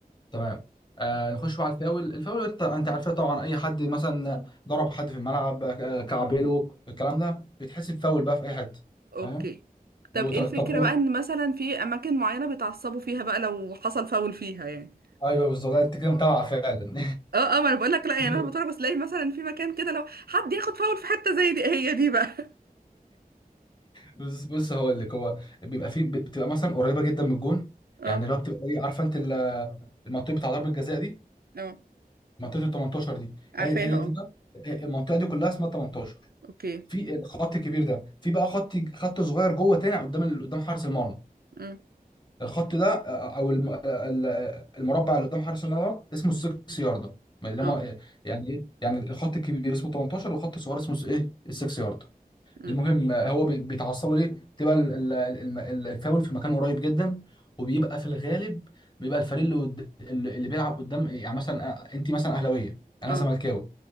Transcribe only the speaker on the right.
اوكي
طب ايه
الفكرة بقى ان مثلا في اماكن معينة بيتعصبوا فيها بقى لو حصل فاول فيها يعني
اه اه ما انا بقول لك لا يعني
انا بتفرج بس الاقي مثلا في مكان كده لو حد ياخد فاول في حتة زي دي هي دي بقى
<laughs> اه
اه
عارفاها
اه
اوكي
امم
اه
امم
اه